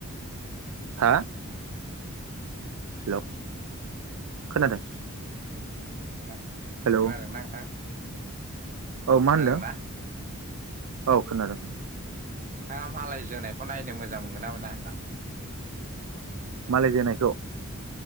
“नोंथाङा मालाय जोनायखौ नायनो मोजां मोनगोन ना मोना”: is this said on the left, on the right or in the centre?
Right